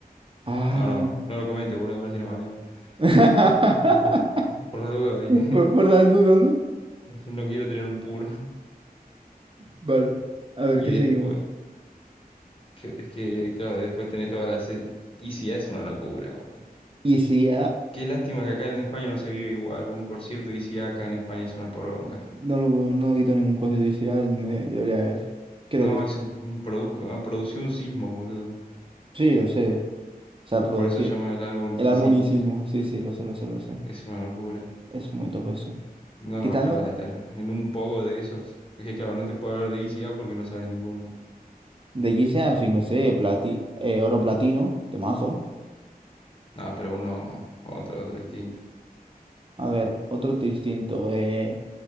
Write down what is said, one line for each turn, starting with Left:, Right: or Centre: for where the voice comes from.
Right: ah,
Left: No,
Right: no.
Left: no, no lo comentes, boludo, a ver si nos banean.
Right: <laughs>
Left: <laughs> Ujú. Por la duda, ¿viste?
Right: Por, por las dudas, ¿no?
Left: <laughs> No quiero tener un puro.
Right: Vale. A ver,
Left: Y
Right: ¿qué
Left: después,
Right: seguimos?
Left: que- es que, claro, después tenés todas las... ICA es una locura, boludo.
Right: Y si
Left: Qué lástima que acá en España no se vive igual. Un concierto de ICA acá en España es una poronga.
Right: No lo no he visto ningún concierto y sí, ah, me- debería haber Quiero
Left: No,
Right: ir.
Left: es un... un produzco- ah, Produció un sismo, boludo.
Right: Sí, lo sé. O sea, producir.
Left: Por eso se llama el álbum
Right: El
Left: Y
Right: armonicismo.
Left: Sismo.
Right: Sí, sí, lo sé, lo sé, lo sé.
Left: Es una locura.
Right: Es muy top eso.
Left: No,
Right: Quitando
Left: no, ojalá estar en un poco de esos. Porque claro, no te puedo hablar de ICA porque no sabes ninguno.
Right: de Giseas, así me sé, plati eh, oro
Left: Ujú.
Right: platino, temazo.
Left: Nada, pero uno, otro, otro distinto.
Right: A ver, otro distinto. eh,